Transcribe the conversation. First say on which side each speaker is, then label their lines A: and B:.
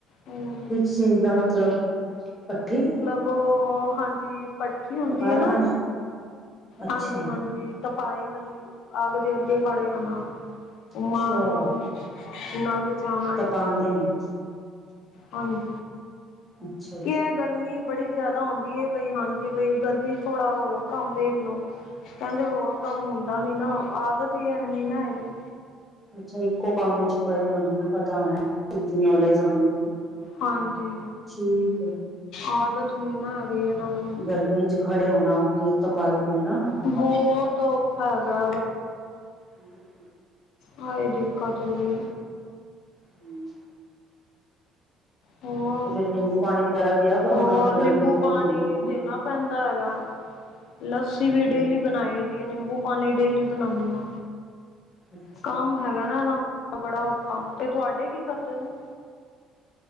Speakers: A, on the left (about 70°); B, on the left (about 15°).
A: ਹੂੰ।
B: ਕਿਸ ਚੀਜ਼ ਦਾ ਮਤਲਬ ਭੱਠੀ?
A: ਹਾਂਜੀ-ਪੱਠੀ ਹੁੰਦੀ
B: ਕਾਰਖਾਨੇ
A: ਆ ਨਾ
B: ਅੱਛਾ
A: ਹਾਂਜੀ ਹਾਂਜੀ। ਤਪਾਈ ਵਾਲੀ ਅੱਗ ਦੇ ਅੱਗੇ ਖੜੇ ਹੋਣਾ
B: ਅੱਛਾ
A: ਮਾਂ ਨੂੰ ਨਗ ਜਾ ਆਉਣਾ
B: ਤਾਂ
A: ਇੱਕ
B: ਪਾਉਂਦੇ
A: ਇੱਕ
B: ਨੇ
A: ਹਾਂਜੀ।
B: ਅੱਛਾ
A: ਕੀ ਗਰਮੀ ਬੜੀ ਜਿਆਦਾ ਆਉਂਦੀ ਹੈ ਬਈ ਹਾਂਜੀ ਬ, ਗਰਮੀ ਚ ਥੋੜਾ ਹੋਰ ਕੰਮ ਵੇਖ ਲੋ ਕਹਿੰਦੇ ਹੋਰ ਕੰਮ ਹੁੰਦਾ ਨੀ ਨਾ ਆਦਤ ਹੀ ਹੈਨੀ ਨਾ ਹੈਗੀ
B: ਅੱਛਾ, ਇੱਕੋ ਕੰਮ ਵਿਚ ਪਏ ਹੋਣੇ ਪਤਾ ਹੋਣਾ ਚ ਨਲੇਜ ਹੋਣੀ
A: ਹਾਂਜੀ।
B: ਠੀਕ
A: ਆਦਤ ਨੀ ਨਾ ਹੈਗੀਈ ਇਹਨਾਂ ਨੂੰ।
B: ਗਰਮੀ ਚ ਖੜੇ ਹੋਣਾੱਗੇ ਤਪਾਈ ਦੇ ਨਾ
A: ਬਹੁਤ ਔਖਾ ਹੈਗਾ
B: ਹੂੰ।
A: ਹਈ ਦਿੱਕਤ ਹੋਗੀ
B: ਹਮ
A: ਹੋਰ,
B: ਨਿੰਬੂ ਪਾਣੀ ਵਗੈਰਾ ਦਿਆ ਕਰੋ
A: ਹੋਰ
B: ਉਹਨਾਂ ਨੂੰ ਗਰਮੀ
A: ਨਿੰਬੂ
B: ਬਹੁਤ
A: ਪਾਣੀ
B: ਹੁੰਦੀ ਹੈ ਨਾ
A: ਦੇਣਾ ਪੈਂਦਾ ਹੈਗਾ ਲੱਸੀ ਵੀ
B: ਹੂੰ
A: ਡੇਲੀ ਬਣਾਈ ਦੀ ਨਿੰਬੂ ਪਾਣੀ ਡੇਲੀ ਬਣਾਉਦੇ ਹ
B: ਅੱਛਾ
A: ਕੰਮ ਹੈਗਾ ਨਾ ਇਹਨਾਂ ਬੜਾ ਔਖਾ ਤੇ ਤੁਹਾਡੇ ਕੀ ਕਰਦੇ ਨੇ?